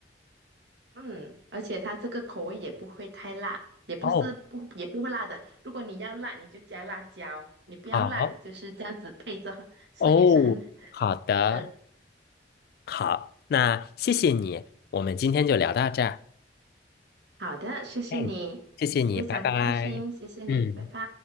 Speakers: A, on the right; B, on the left.
A: 嗯，而且它这个口味也不会太辣，也不是不也不会辣的。
B: 哦，
A: 如果你要辣，你就加辣椒；你不要辣，
B: 好，
A: 你就是这样子配着喝吃，
B: 哦，
A: 也是很很
B: 好的，
A: 好吃。
B: 好，那谢谢你，我们今天就聊到这儿。
A: 好的，谢谢你，
B: 哎，谢谢你，
A: 非常的开心，
B: 拜拜。
A: 谢谢你，
B: 嗯。
A: 拜拜。